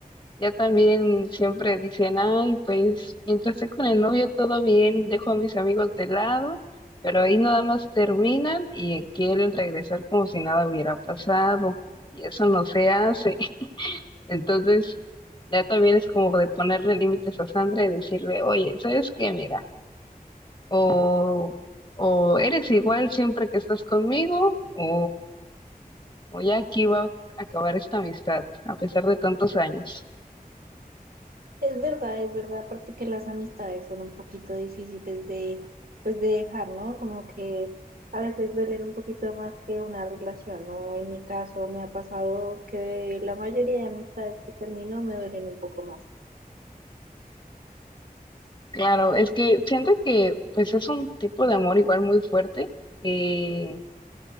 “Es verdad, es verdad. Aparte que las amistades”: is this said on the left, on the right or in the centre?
Right